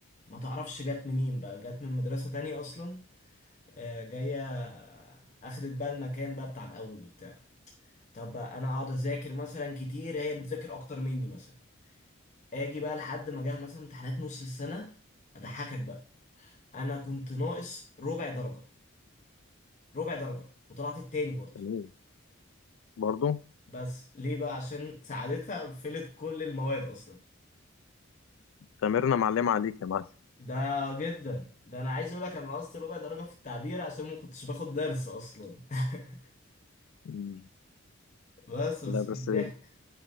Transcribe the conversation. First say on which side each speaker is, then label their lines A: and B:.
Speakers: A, on the left; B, on the left.
A: ما تعرفش جت منين بقى جت من مدرسة تانية أصلا آه جاية آه، أخدت بقى المكان بقى بتاع الأول وبتاع طب بقى أنا أقعد أذاكر مثلا كتير هي بتذاكر أكتر مني مثلا أجي بقى لحد ما جه مثلا امتحانات نص السنة أضحكك بقى أنا كنت ناقص ربع درجة ربع درجة وطلعت التاني برضه
B: تمام برضو
A: بس ليه بقى عشان ساعدتها قفلت كل المواد أصلا
B: تمرنا معلمه عليك يا معلم
A: ده جدا ده انا عايز اقول لك انا نقصت ربع درجه في التعبير عشان ما كنتش باخد درس اصلا <laughs>
B: مم.
A: بس بس
B: لا بس
A: كان ضحك